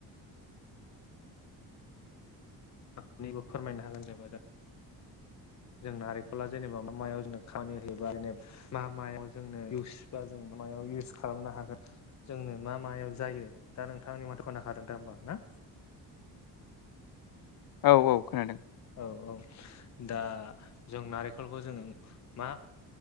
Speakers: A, on the left; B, on the left.
A: सानैबो फोरमायनो हागोन जेनेबा जों। जों नारेंखला जेनेबा मा मायाव जों खामानि होयोबा जेनेबा मा मायाव जोंनो इउस बा जों मायाव इउस खालामनो हागोन। जोंनो मा मायाव जायो दा नोंथां आंनि माथ खोनाखादों दा होमबा ना?
B: औ औ खोनादों।
A: औ ओ दा जों नारेंखलखौ जोंङो मा